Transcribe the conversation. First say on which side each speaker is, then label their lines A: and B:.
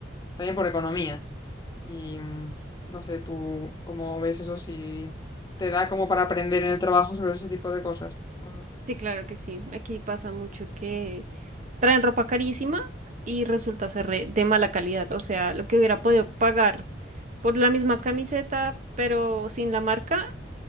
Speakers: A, on the left; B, on the right.
A: también por economía. Y mm, no sé, tú cómo ves eso, si te da como para aprender en el trabajo sobre ese tipo de cosas. ¿o no?
B: Sí, claro que sí. Aquí pasa mucho que traen ropa carísima y resulta ser re- de mala calidad, o sea, lo que hubiera podido pagar por la misma camiseta, pero sin la marca